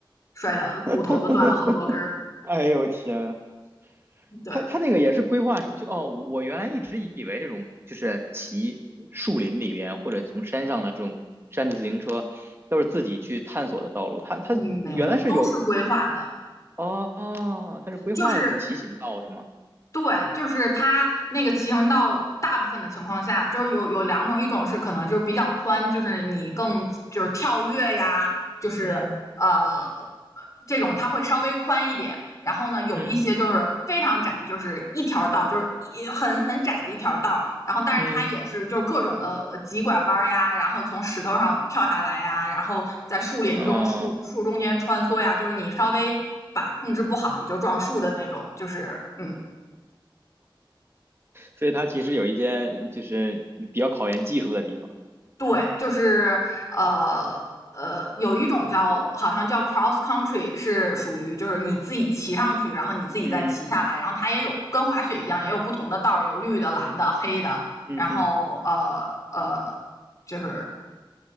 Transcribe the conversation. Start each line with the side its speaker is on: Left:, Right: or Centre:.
Left: 摔的骨头都断了好多根儿。
Right: <laughs> 哎呦天，
Left: 对，
Right: 他他那个也是规划出就哦，我我原来一直以为这种就是骑树林里边或者从山上的这种山地自行车都是自己去探索的道路，他他原来是有
Left: 嗯，没有，都是规划的，
Right: 哦，他是规划的这种骑行道是吗？
Left: 就是对，就是它那个骑行道，大部分的情况下就是有有两种，一种是可能就是比较宽，就是你更就是跳跃呀，就是呃
Right: 嗯
Left: 这种它会稍微宽一点。然后呢，有一些就是非常窄，
Right: 嗯
Left: 就是一条道，就是也很很窄的一条道。然后，但是它也是就是各种的急拐弯呀，
Right: 嗯，
Left: 然后从石头上跳下来呀，然后在树林中树树中间穿梭呀，
Right: 哦。
Left: 就是你稍微把控制不好，你就撞树的那种，就是嗯。
Right: 所以它其实有一些就是比较考验技术的地方。
Left: 对，就是呃呃，有一种叫好像叫 cross country，是属于就是你自己骑上去，然后你自己再骑下来，
Right: 嗯
Left: 然后它也有跟滑雪一样，也有不同的道儿，有绿的、蓝的、黑的，
Right: 嗯哼，
Left: 然后呃呃，就是